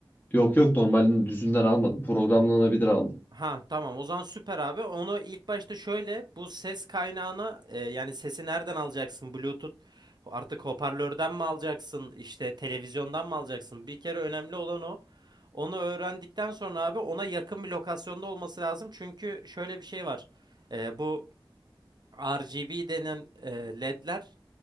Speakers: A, on the left; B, on the right.
A: Yok yok normalini düzünden almadım. Programlanabilir aldım.
B: Ha tamam o zaman süper abi. Onu ilk başta şöyle bu ses kaynağını e, yani sesi nereden alacaksın? Bluetooth artık hoparlörden mi alacaksın? İşte televizyondan mı alacaksın? Bir kere önemli olan o. Onu öğrendikten sonra abi ona yakın bir lokasyonda olması lazım. Çünkü şöyle bir şey var. E, bu RGB denen e, LED'ler